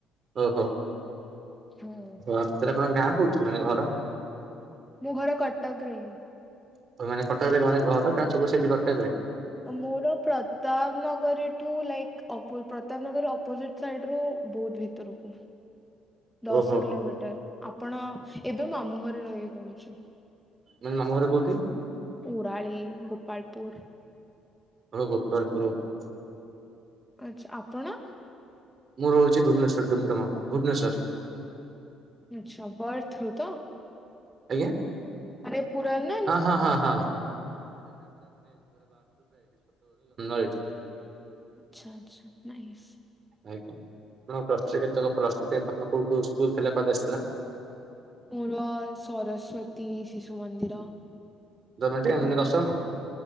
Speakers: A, on the right; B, in the centre.
A: ଓହୋ
B: ହୁଁ
A: ଆକଚୁଆଲି ତମ ଗାଁ କୋଉଠି ମାନେ ଘର
B: ମୁଁ ଘର କଟକରେ।
A: <unintelligible>
B: ମୋର ପ୍ରତାପ ନଗରୀଠୁ ଲାଇକ୍ ପ୍ରତାପ ନଗରୀ ଅପୋଜିଟ୍ ସାଇଡରୁ ବହୁଧ ଭିତ ତରକୁ ଦଶ
A: ଓହୋ
B: କିଲୋମିଟର, ଆପଣ ଏବେ ମାମୁଁ ଘରେ ରହିକି ପଢୁଛି।
A: ମାନେ ମାମୁଁ ଘର କୋଉଠି?
B: ଉରାଳି, ଗୋପାଳପୁର।
A: କଣ ଗୋପାଳପୁର ଓହୋ।
B: ଆଛା ଆପଣ?
A: ମୁଁ ରହୁଛି ଭୁବନେଶ୍ୱର, ଡୁମଡୁମା, ଭୁବନେଶ୍ୱରରେ।
B: ଆଚ୍ଛା, ବଏଥ୍ରୋ ରୁ ତ।
A: ଆଜ୍ଞା।
B: ଆରେ ପୁରନା
A: ହଁ ହଁ ହଁ ହଁ <unintelligible>
B: ଆଚ୍ଛା ଆଚ୍ଛା। ନାଇସ।
A: ଆଜ୍ଞା ଆପଣ ପ୍ଳସ ଥ୍ରୀ ରେ କେତେ ପ୍ଳସ୍ କୋଉ କୋଉ ସ୍କୁଲ କଲେଜ ଥିଲା।
B: ମୋର ସରସ୍ଵତୀ ଶିଶୁ ମନ୍ଦିର।
A: ଜମାଟିୟାନ ମାନେ ଦର୍ଶମ